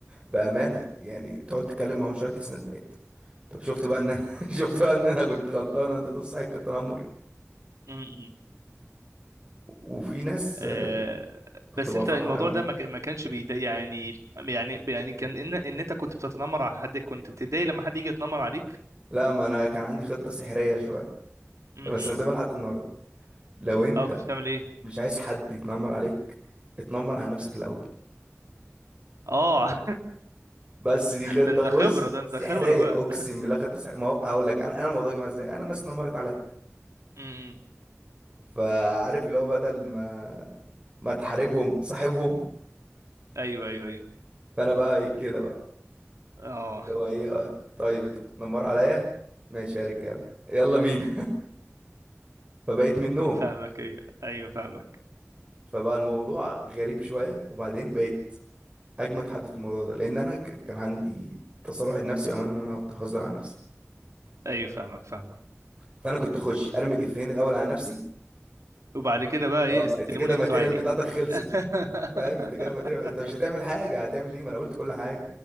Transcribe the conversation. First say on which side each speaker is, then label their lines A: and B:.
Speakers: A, on the right; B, on the right.
A: بأمانة يعني تقعد تتكلم معاهم شوية تحس إن- طب شفت بقى ان انا <laughs> شفت بقى ان انا كنت غلطان وانت تصحى كنت تنمر
B: امم <laughs>
A: وفي ناس
B: آه
A: آه، كنت
B: بس
A: بقى
B: انت
A: فرحان
B: الموضوع
A: قوي
B: ده ما ك- ما كانش بيضايق يعني يعني يعني كان ان ان انت كنت بتتنمر على حد كنت بتتضايق لما حد يجي يتنمر عليك
A: لا ما انا كان عندي خطة سحرية شوية
B: امم
A: بستخدمها لحد النهاردة لو انت
B: اه كنت بتعمل ايه
A: مش عايز حد يتنمر عليك اتنمر على نفسك الاول
B: اه <laughs>
A: بس دي خطة
B: ده انت خبرة
A: بص
B: ده انت
A: سحرية
B: خبرة بقى
A: اقسم بالله خطة سحرية ما هو- هقول لك انا انا الموضوع جه معايا ازاي انا الناس اتنمرت عليا
B: امم
A: فعارف اللي هو بدل ما ما تحاربهم صاحبهم
B: ايوه ايوه ايوه
A: فانا بقى إيه كده بقى
B: اه
A: اللي هو ايه آه، طيب انتوا بتتنمروا عليا ماشي يا رجاله يلا بينا <laughs> فبقيت منهم
B: فاهمك ايوه ايوه فاهمك
A: فبقى الموضوع غريب شويه وبعدين بقيت اجمد حد في الموضوع ده لان انا ك- كان عندي تصالح لنفسي بامانه ان انا هزار على نفسي
B: ايوه فاهمك فاهمك
A: فانا كنت اخش ارمي الافيهين الاول على نفسي
B: وبعد كده بقى ايه
A: اه
B: استلموني
A: انت كده الماتيريال
B: انتوا عادي
A: بتاعتك خلصت
B: <laughs>
A: فاهم انت كده الماتيريال انت مش هتعمل حاجه هتعمل ايه ما انا قلت كل حاجه